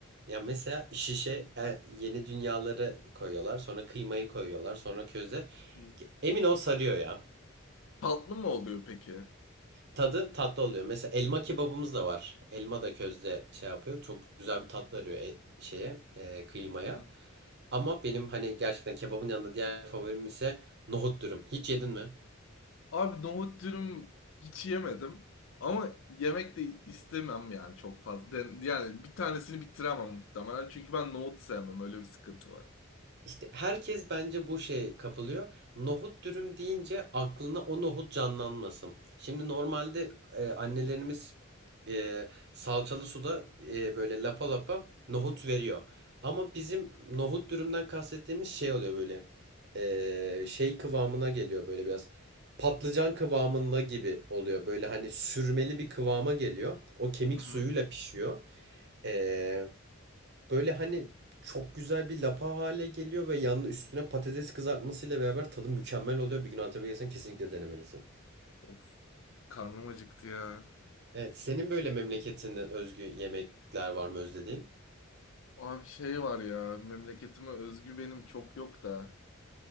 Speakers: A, on the right (about 55°); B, on the left (about 65°).
A: Ya mesela şişe e, yeni dünyaları koyuyorlar, sonra kıymayı koyuyorlar, sonra köze.
B: hı,
A: Emin ol sarıyor ya.
B: Tatlı mı oluyor peki?
A: Tadı tatlı oluyor. Mesela elma kebabımız da var. Elma da közde şey yapıyor. Çok güzel bir tat veriyor e- şeye, e, kıymaya.
B: hı hı.
A: Ama benim hani gerçekten kebabın yanında diğer favorim ise nohut dürüm. Hiç yedin mi?
B: Abi nohut dürüm hiç yemedim. Ama yemek de istemem yani çok fazla. Den- Yani bir tanesini bitiremem muhtemelen. Çünkü ben nohut sevmem. Öyle bir sıkıntı var.
A: İşte herkes bence bu şeye kapılıyor. Nohut dürüm deyince aklına o nohut canlanmasın. Şimdi normalde e, annelerimiz e, salçalı suda e, böyle lapa lapa nohut veriyor. Ama bizim nohut dürümden kastettiğimiz şey oluyor böyle e, şey kıvamına geliyor böyle biraz patlıcan kıvamında gibi oluyor. Böyle hani sürmeli bir kıvama geliyor. O kemik
B: hı hı.
A: suyuyla pişiyor. E, Böyle hani çok güzel bir lapa hale geliyor ve yanına üstüne patates kızartmasıyla beraber tadı mükemmel oluyor. Bir gün Antep'e gelsen kesinlikle denemelisin.
B: Of. Karnım acıktı ya.
A: Evet, senin böyle memleketinden özgü yemekler var mı özlediğin?
B: Abi şey var ya. Memleketime özgü benim çok yok da.